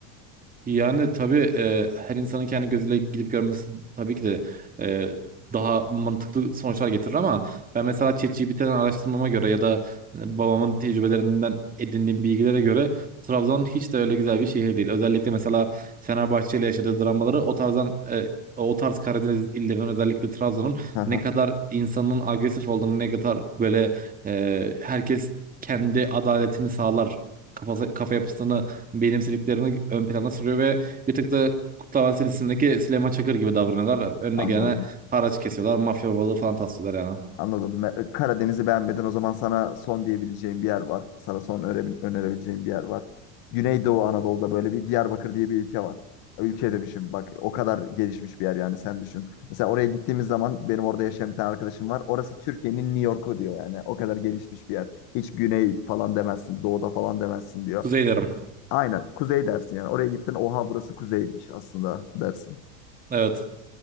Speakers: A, on the right (about 20°); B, on the left (about 60°).
A: Yani tabii e, her insanın kendi gözüyle gidip görmesi tabii ki de e, daha mantıklı sonuçlar getirir ama ben mesela ChatGPT'den araştırmama göre ya da e, babamın tecrübelerinden edindiğim bilgilere göre Trabzon hiç de öyle güzel bir şehir değil. Özellikle mesela Fenerbahçe ile yaşadığı dramaları o tarzdan e, o tarz Karadeniz illerinin özellikle Trabzon'un
B: Haha,
A: ne kadar insanın agresif olduğunu ne kadar böyle e, herkes kendi adaletini sağlar kafası, kafa yapısını benimsediklerini ön plana sürüyor ve bir tık da Kurtlar Vadisi dizisindeki Süleyman Çakır gibi davranıyorlar. Önüne
B: Anladım.
A: gelene haraç kesiyorlar. Mafya babalığı falan taslıyorlar yani.
B: Anladım. Me- Karadeniz'i beğenmeden o zaman sana son diyebileceğim bir yer var. Sana son öre- önerebileceğim bir yer var. Güneydoğu Anadolu'da böyle bir Diyarbakır diye bir ülke var. Ülke demişim bak o kadar gelişmiş bir yer yani sen düşün. Mesela oraya gittiğimiz zaman benim orada yaşayan bir tane arkadaşım var. Orası Türkiye'nin New York'u diyor yani. O kadar gelişmiş bir yer. Hiç güney falan demezsin, doğuda falan demezsin diyor.
A: Kuzey derim.
B: Aynen kuzey dersin yani. Oraya gittin oha burası kuzeymiş aslında dersin.
A: Evet.